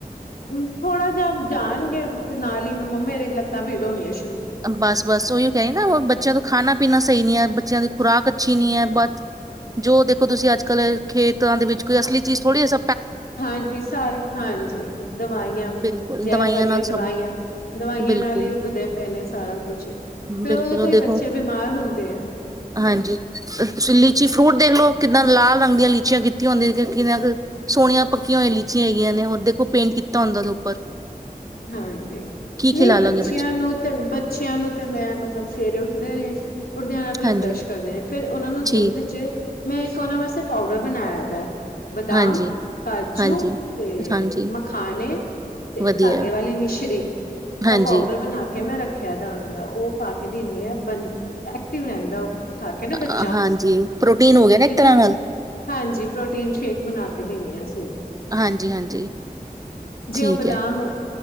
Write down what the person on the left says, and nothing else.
ਥੋੜਾ ਜਿਹਾ ਜਾਣਗੇ। ਤੇ ਨਾਲ ਹੀ ਮੇਰੇ ਲੱਤਾਂ ਭੀੜ ਹੋਣੀੀਆਂ।
ਹਾਂਜੀ ਸਾਰੇ ਹਾਂਜੀ ਦਵਾਈਆਂ
ਜ਼ਹਿਰ
ਵਾਲੀਆਂ
ਦਵਾਈਆਂ ਦਵਾਈਆਂ
ਨਾਲ ਹੀ ਉਗਦੇ ਪਏ ਨੇ ਸਾਰਾ ਕੁਛ ਫੇਰ
ਉਹਦੇ ਤੋਂ
ਹੀ
ਬੱਚੇ ਬਿਮਾਰ ਹੁੰਦੇ ਆ
ਹਾਂਜੀ
ਨਹੀਂ
ਬੱਚਿਆਂ
ਨੂੰ ਤੇ ਬ ਬਚੀਆਂ ਨੂੰ ਤੇ ਮੈਂ ਮਤਲਬ ਸਵੇਰੇ ਉੱਠਦੇ ਨੇ ਉਡਦੇ ਨਾਲ ਪਹਿਲਾਂ
ਬਰੱਸ਼ ਕਰਦੇ ਨੇ ਫਿਰ ਉਹਨਾਂ ਨੂੰ
ਦੁੱਧ ਚ ਮੈਂ ਇੱਕ ਉਹਨਾਂ ਵਾਸਤੇ ਪਾਊਡਰ ਬਣਾਇਦਾ ਬਦਾਮ
ਕਾਜੂ
ਤੇ
ਮਖਾਣੇ ਤੇ
ਧਾਕੇ
ਵਾਲੀ ਮਿਸ਼ਰੀ
ਉਹ ਪਾਊਡਰ ਬਣਾ ਕੇ ਮੈਂ ਰੱਖਿਆ ਦਾ ਉਹਨਾ ਦਾ ਉਹ ਪਾ ਦਦੀ ਆ ਬੰ ਰਹਿੰਦਾ ਉਹ ਖਾ ਕੇ ਨਾ
ਬੱਚਾ
ਫ
ਦੁ
ਹਾਂਜੀ ਪ੍ਰੋਟੀਨ ਸ਼ੇਕ ਬਣਾ ਕੇ ਦੇਣੀ ਆ ਸਵੇਰੇ
ਜੇ
ਉਹ ਬਦਾਮ